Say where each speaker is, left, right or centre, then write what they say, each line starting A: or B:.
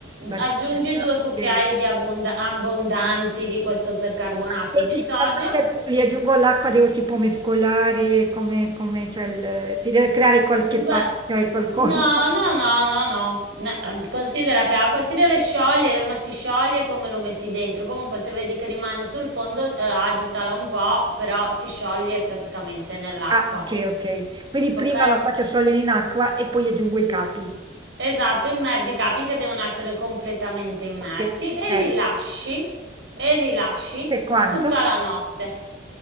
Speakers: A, on the right; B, on the right.
A: bacinella,
B: Aggiungi due cucchiai
A: ok.
B: di abbonda- abbondanti di questo percarbonato
A: Ah, Senti,
B: di sodio.
A: quando li aggi- li aggiungo l'acqua devo tipo mescolare, come, come c'è il... si deve creare qualche
B: Beh,
A: pasta e qualcosa.
B: no,
A: <laughs>
B: no, no, no, no. Ne- eh, Considera che acqua si deve sciogliere, ma si scioglie come lo metti dentro. Comunque, se vedi che rimane sul fondo, eh, agitala un po', però si scioglie praticamente nell'acqua.
A: Ah, ok, ok. Quindi
B: Ok?
A: prima la faccio sciogliere in acqua e poi aggiungo i capi.
B: Esatto, immergi i capi che devono essere completamente immersi
A: Ok,
B: e
A: penso.
B: li lasci, e li lasci
A: Per quanto?
B: tutta la notte.